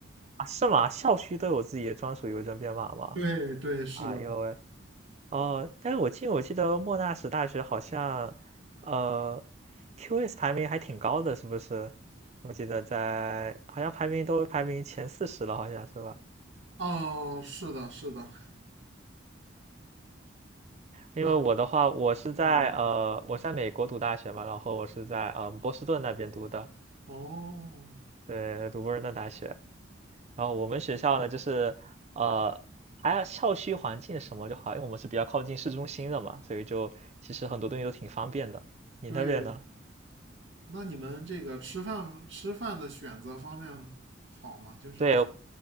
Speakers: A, on the right; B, on the right.
A: 啊，是吗？校区都有自己的专属邮政编码吗？
B: 对对，是的，
A: 哎呦喂，哦，但是我记得我记得莫纳什大学好像，呃，QS 排名还挺高的，是不是？我记得在好像排名都排名前四十了，好像是吧？
B: 哦，是的，是的，
A: 因为我的话，
B: 然后，
A: 我是在呃，
B: 嗯，
A: 我在美国读大学嘛，然后我是在呃波士顿那边读的，
B: 哦，
A: 对，读波士顿大学。然后我们学校呢，就是呃，还有校区环境什么就好，因为我们是比较靠近市中心的嘛，所以就其实很多东西都挺方便的。你那边呢？
B: 对，那你们这个吃饭吃饭的选择方面好吗？就是，
A: 对，